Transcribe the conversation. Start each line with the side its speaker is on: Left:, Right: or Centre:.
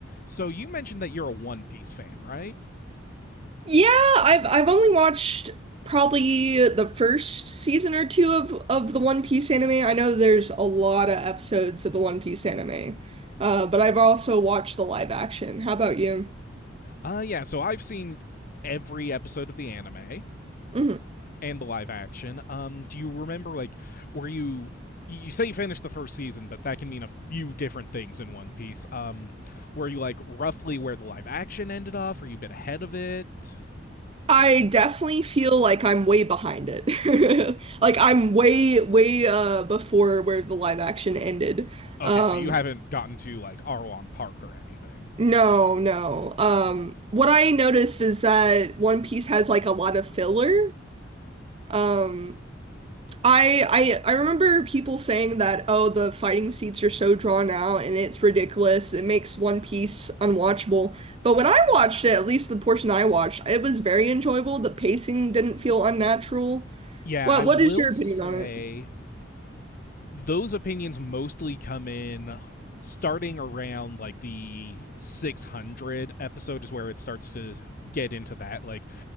Left: So you mentioned that you're a One Piece fan, right?
Right: Yeah, I've I've only watched probably the first season or two of of the One Piece anime. I know there's a lot of episodes of the One Piece anime, uh, but I've also watched the live action. How about you?
Left: Uh, yeah. So I've seen every episode of the anime
Right: hmm
Left: and the live action. Um, do you remember like were you you say you finished the first season, but that can mean a few different things in One Piece. Um, were you like roughly where the live action ended off? Were you a bit ahead of it?
Right: I definitely feel like I'm way behind it. <laughs> Like I'm way way uh before where the live action ended.
Left: Okay,
Right: Um
Left: so you haven't gotten to like Arlong Park or anything.
Right: no, no. Um what I noticed is that One Piece has like a lot of filler. Um I I I remember people saying that, oh, the fighting scenes are so drawn out and it's ridiculous. It makes One Piece unwatchable. But when I watched it, at least the portion I watched, it was very enjoyable. The pacing didn't feel unnatural.
Left: Yeah,
Right: What
Left: I will
Right: what is your
Left: say
Right: opinion on it?
Left: those opinions mostly come in starting around like the 600 episode is where it starts to get into that like